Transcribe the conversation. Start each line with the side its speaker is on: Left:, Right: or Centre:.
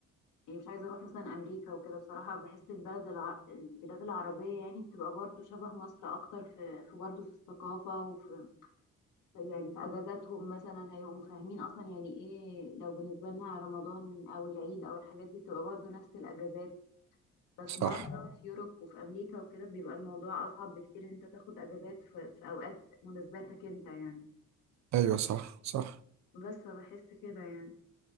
Left: يعني مش عايزة اروح مثلا امريكا وكده بصراحة بحس البلد الع... البلاد العربية يعني بتبقى برضو شبه مصر اكتر في في برضو في الثقافة وفي يعني في اجازاتهم مثلا هيبقوا فاهمين اصلا يعني ايه لو بالنسبة لنا رمضان او العيد او الحاجات دي بتبقى برضو نفس الاجازات بس
Right: صح
Left: بره في يوروب وفي امريكا وكده بيبقى الموضوع اصعب بكتير إن انت تاخد اجازات في, في اوقات مناسباتك انت يعني
Right: ايوه صح صح
Left: بس فبحس كده يعني